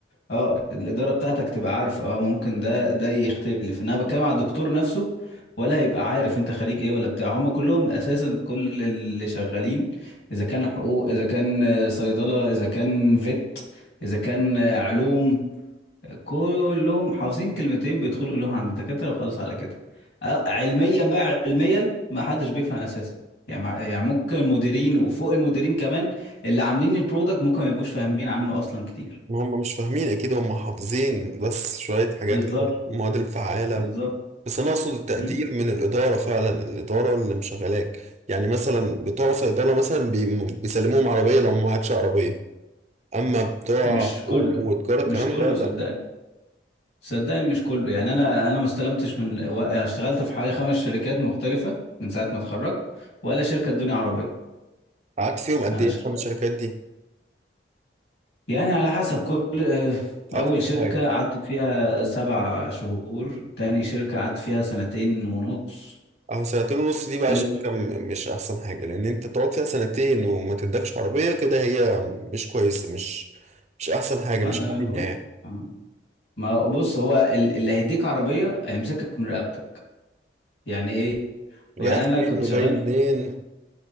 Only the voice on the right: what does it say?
ما هم مش فاهمين اكيد هم حافظين بس شوية حاجات
كده المواد الفعالة
بس انا اقصد التقدير
من الادارة فعلا الادارة اللي مشغلاك يعني مثلا بتوع صيدلة مثلا بي- بيسلموهم عربية لو ما معكش عربية اما بتوع
حقوق
وتجارة الكلام
ده
لا
قعدت فيهم قد
ايه
اصلا الشركات دي
اكتر
حاجة
اهو سنتين ونص دي بقى
شركة م- مش احسن حاجة لان انت تقعد فيها سنتين وما تدكش عربية كده هي مش كويسة مش مش احسن حاجة
مش
عالية يعني
رايح فين
وجاي منين